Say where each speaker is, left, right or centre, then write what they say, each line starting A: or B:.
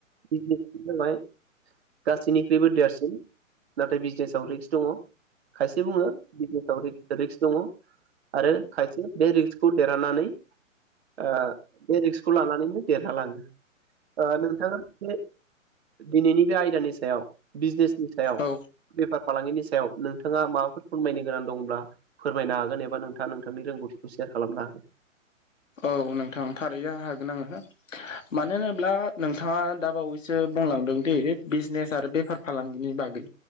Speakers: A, on the right; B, on the left.
A: बिजनेस जाबाय गासैनिख्रुइबो देरसिन नाथाय बिजनेसाव रिक्स दङ खायसे बुङो बिजनेसाव रिक्स दङ आरो खायसे बे रिक्सखौ देरहानानै ओ बे रिक्सखौ लानानैनो देरहालाङो ओ नोंथाङा बे दिनैनि बे आयदानि सायाव बिजनेसनि सायाव
B: औ
A: बेफार फालांगिनि सायाव नोंथाङा माबाफोर फोरमायनो गोनां दंब्ला फोरमायनो हागोन एबा नोंथाङा नोंथांनि रोंगौथिखौ सेयार खालामनो हागोन।
B: औ नोंथां थारैनो हागोन आङो मानो होनोब्ला नोंथाङा दा बावैसो बुंलांदों दि बिजनेस आरो बेफार फालांगिनि बागै